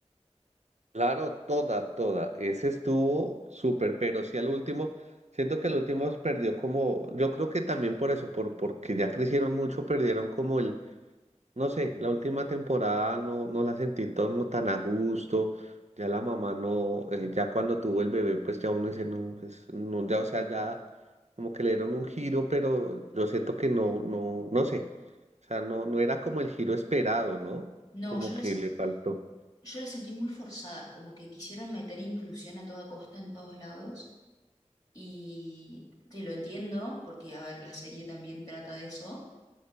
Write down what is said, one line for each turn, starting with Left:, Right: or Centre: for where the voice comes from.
Right: Claro, toda, toda. Ese estuvo súper, pero sí al último, siento que el último perdió como, yo creo que también por eso, por, porque ya crecieron mucho, perdieron como el No sé, la última temporada no, no la sentí todo como tan a gusto. Ya la mamá no, eh, ya cuando tuvo el bebé, pues ya uno dice, no, pues no, ya, o sea, ya como que le dieron un giro, pero yo siento que no, no, no sé. O sea, no, no era como el giro esperado, ¿no?
Left: no,
Right: Como
Left: yo la,
Right: que
Left: se-
Right: le faltó.
Left: yo la sentí muy forzada, como que quisieron meter inclusión a toda costa en todos lados, y te lo entiendo, porque, a ver, la serie también trata de eso